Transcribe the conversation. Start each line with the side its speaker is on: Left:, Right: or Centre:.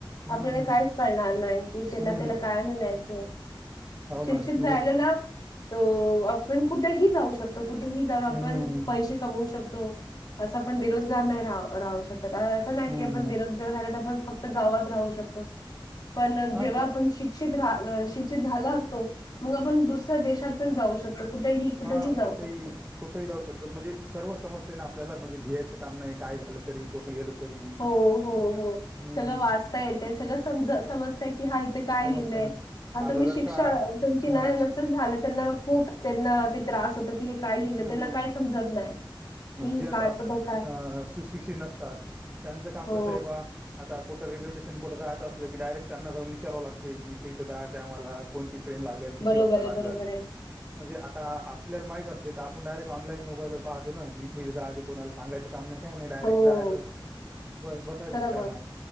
Left: आपल्याला
Right: हम्म
Left: कायच कळणार नाही, कि त्याला
Right: हम्म
Left: त्याला काय म्हणायचंय.
Right: हो
Left: शिक्षित
Right: ना म्हणजे
Left: राहिलो ना त आपण कुठेही जाऊ शकतो, कुठेही जाऊन
Right: हम्म
Left: आपण पैसे कमवू शकतो. असं पण बेरोजगार नाही रा राहू शकत. असं नाही
Right: हम्म
Left: की आपण
Right: हम्म
Left: बेरोजगार झाला तर आपण फक्त गावात राहू शकतो, पण
Right: हा
Left: जेव्हा
Right: गा
Left: आपण श <unintelligible> शिक्षित झाला असतो, मग आपण दुसऱ्या देशात पण जाऊ शकतो. कुठेही, कुठेही
Right: हा
Left: जाऊ
Right: कुठेही
Left: शकतो.
Right: <unintelligible> जाऊ शकतो, म्हणजे सर्व समजतंय ना आपलाला, म्हणजे भियचं काम नाही, काय झालं, कुठ गेलो तरी. बी
Left: हो हो हो.
Right: हम्म.
Left: सगळं वाचता येते, सगळं समज समजतय की, हा इथे काय
Right: समजते
Left: लिहिलंय.
Right: ना आता
Left: तुम्ही
Right: जर
Left: शिक्षा,
Right: का
Left: तुमची न्याय
Right: हा
Left: नसेल झाला तर ना मग खूप त्यांना ते त्रास होत की, हे काय लिहिलं
Right: हम्म
Left: त्यांना काय समजत नाही. की हे
Right: जे आता
Left: काय कुठं काय
Right: सुशिक्षित नसतात, त्यांचं काम
Left: हो
Right: कस आहे बा कुठे रेल्वे स्टेशन जायचं असलं की, डायरेक्ट त्यांना जाऊन विचाराव लागतय, की इथे इथे जायचं आहे आम्हाला, कोणती ट्रेन लागते ल किती
Left: बरोबर
Right: वाजता
Left: आहे
Right: लागलं,
Left: बरोबर आहे
Right: म्हणजे आपल्याला आत्ता माहिती असतय, तर आपण डायरेक्ट ऑनलाइन मोबाईल वर पाहतो. <unintelligible> कोणाला सांगायच काम नाही. काय नाही, डायरेक्ट
Left: हो
Right: जायचं, ब बसायचंच
Left: खरं
Right: काम आहे,